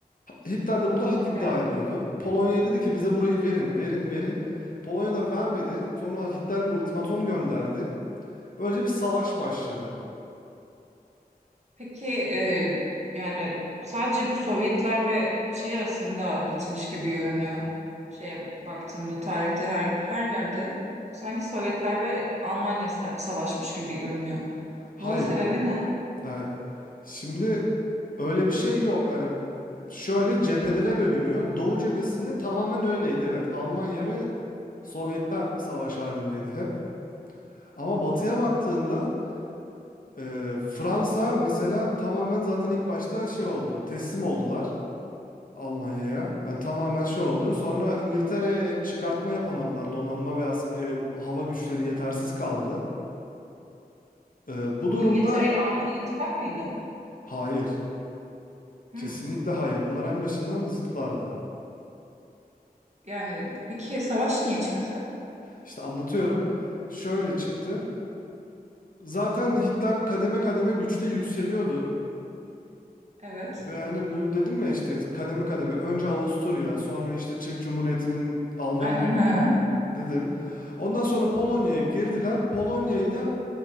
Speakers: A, on the left; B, on the right.
A: Hitler de burada hak iddia
B: Em,
A: ediyordu. Polonya'ya dedi ki bize burayı verin, verin, verin. Polonya da vermedi. Sonra Hitler bir ultimatom gönderdi. Böylece bir savaş başladı.
B: peki e, yani sadece bu Sovyetler ve şey arasında bitmiş gibi görünüyor. Şeye baktığımda tarihte her her yerde sanki Sovyetler ve Almanya sa- savaşmış gibi görünüyor.
A: Hayır,
B: Bunun sebebi ne?
A: yani şimdi öyle bir şey yok. Hani şöyle cephelere bölünüyor. Doğu cephesinde tamamen öyleydi. Evet, Almanya ve Sovyetler savaş halindeydi hep. Ama batıya baktığında Ee, Fransa mesela tamamen zaten ilk başta şey oldu. Teslim oldular Almanya'ya. Yani tamamen şey oldu. Sonra İngiltere'ye çıkartma yapamadılar. Donanma ve as- e, hava güçleri yetersiz kaldı. Ee, bu durumda
B: İngiltere ile Almanya ittifak mıydı?
A: hayır.
B: Hı.
A: Kesinlikle hayır. Bunlar en başından zıtlardı.
B: Yani peki savaş niye çıktı?
A: İşte anlatıyorum. Şöyle çıktı. Zaten Hitler kademe kademe güçte yükseliyordu.
B: Evet.
A: Ve hani bu dedim ya işte kademe kademe önce Avusturya sonra işte Çek Cumhuriyeti'nin Alman
B: Aynen. Hı hı.
A: dedim. Ondan sonra Polonya'ya girdiler. Polonya'yı da